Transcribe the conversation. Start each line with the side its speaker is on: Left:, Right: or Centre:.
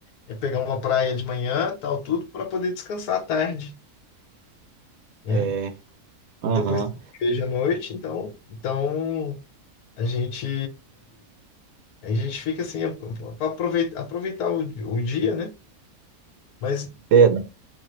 Left: é pegar uma praia de manhã, tal, tudo, para poder descansar à tarde, né?
Right: É, aham.
Left: E depois tem igreja à noite, então, então a gente a gente fica assim para aproveitar, aproveitar o, o dia, né? Mas
Right: É,